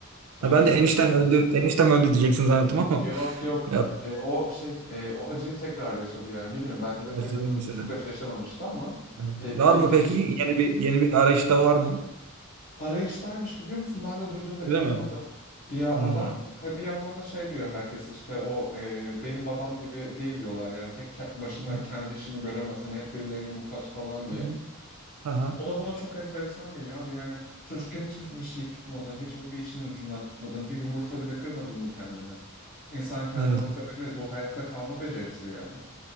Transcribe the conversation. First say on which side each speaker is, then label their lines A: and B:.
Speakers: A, on the left; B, on the right.
A: Oluyor
B: Ha ben de
A: böyle
B: enişten
A: şeyler.
B: öldü. Eniştem öldü diyeceksin zannettim ama.
A: Yok
B: <laughs>
A: yok.
B: Ya
A: E, o şey e, o acıyı tekrar yaşadı yani. Bilmiyorum belki de
B: neyse
A: teyzem öldüğünde çok
B: de.
A: acı yaşamamıştı ama
B: Yani
A: e, ikinci
B: Var mı peki?
A: eşi de.
B: Yeni bir yeni bir arayışta var mı?
A: Arayıştaymış biliyor musun? Ben de duyduğumda inanamadım.
B: Değil mi?
A: Ya
B: Hı.
A: adam
B: Hı
A: ha bir yandan da şey diyor herkes işte o e, benim babam gibi değil diyorlar yani tek ke- başına
B: hı.
A: kendi işini göremez hani hep birilerine muhtaç falan diye.
B: Hı hı. Aha.
A: O da bana çok enteresan geliyor abi yani çocukken hiçbir bir şey tutmadın, hiçbir bir işin ucundan tutmadın, bir yumurta bile kırmadın mı kendini? İnsan kendine
B: Evet.
A: bakabilmeli bu hayatta kalma becerisi yani.